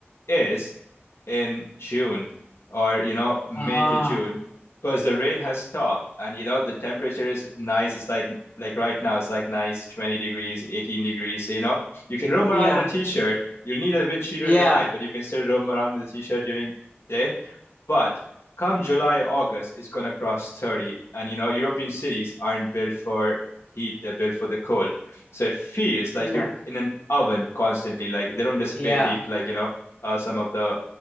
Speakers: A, on the left; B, on the left.
A: is in June or you know May
B: Ah,
A: to June because the rain has stopped and you know the temperature is nice. It's like like right now it's like nice 20 degrees, 18 degrees. So you know you can roam
B: yeah,
A: around in a t-shirt. You'll need a wind sheeter
B: yeah,
A: in the night, but you can still roam around in the t-shirt during day but come July, August, it's gonna cross 30. And you know, European cities aren't built for heat, they're built for the cold. So it feels like
B: yeah,
A: you're in an oven constantly. Like they don't dissipate
B: yeah, yeah.
A: heat like, you know, uh, some of the